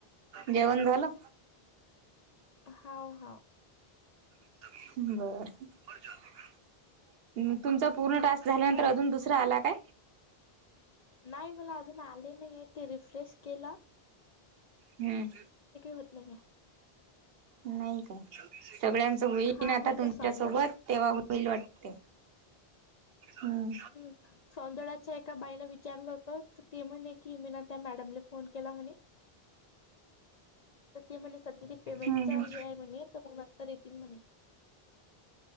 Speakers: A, on the right; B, on the left.
A: जेवण झाल?
B: हाव हाव!
A: बरंहह! तुमचा पूर्ण टास्क झाल्यानंतर
B: सांगा
A: अजून दुसरा आला काय?
B: नाही मला अजून आले नाहीयेतं आहे ते रिफ्रेश केला
A: हम्म!
B: होत नाही
A: नाही काय?
B: आहे
A: सगळ्यांच होईल
B: हा
A: की, ना आता
B: मी
A: तुमच्यासोबत.
B: त्या साऊंड
A: तेव्हा होईल वाटतंय? हम्म!
B: हम्! सौंदळ्याच्या एका बाईला विचारलं होत ती म्हणजे कि मीना त्या मॅडमला फोन केला म्हणे तर ते म्हणे सध्या ते पेमेंटच
A: हम्म हम्म
B: हे आहे म्हणे तर मग नंतर येतील म्हणे?